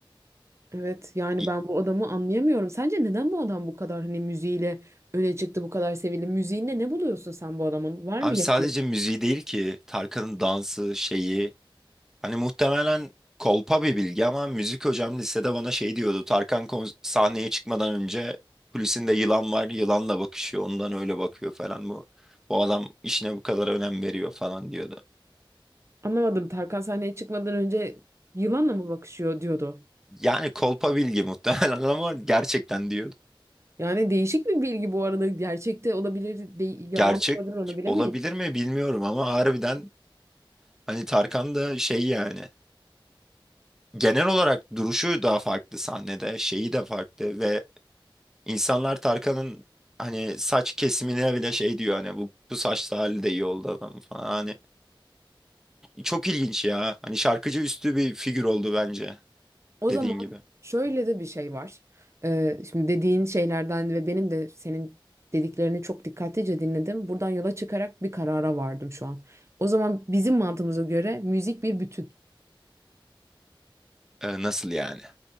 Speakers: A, on the right; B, in the centre.
A: Evet yani
B: İ-
A: ben bu adamı anlayamıyorum. Sence neden bu adam bu kadar hani müziğiyle öne çıktı, bu kadar sevildi? Müziğinde ne buluyorsun sen bu adamın? Var
B: Abi
A: mı yakınlık?
B: sadece müziği değil ki Tarkan'ın dansı şeyi. Hani muhtemelen kolpa bir bilgi ama müzik hocam lisede bana şey diyordu. Tarkan kon- sahneye çıkmadan önce kulisinde yılan var yılanla bakışıyor ondan öyle bakıyor falan bu. Bu adam işine bu kadar önem veriyor falan diyordu.
A: Anlamadım. Tarkan sahneye çıkmadan önce yılanla mı bakışıyor diyordu.
B: Yani kolpa bilgi muhtemelen <laughs> ama gerçekten diyordu.
A: Yani değişik bir bilgi bu arada. Gerçekte olabilir, de- yalan
B: Gerçek
A: da olabilir onu bilemeyiz.
B: olabilir mi bilmiyorum ama harbiden hani Tarkan da şey yani. genel olarak duruşu da farklı sahnede, şeyi de farklı ve insanlar Tarkan'ın hani saç kesimine bile şey diyor hani bu, bu saçlı hali de iyi oldu adamın falan. Hani çok ilginç ya. Hani şarkıcı üstü bir figür oldu bence
A: O
B: dediğin
A: zaman
B: gibi.
A: şöyle de bir şey var. Ee, şimdi dediğin şeylerden ve benim de senin dediklerini çok dikkatlice dinledim. Buradan yola çıkarak bir karara vardım şu an. O zaman bizim mantığımıza göre müzik bir bütün.
B: Ee, nasıl yani?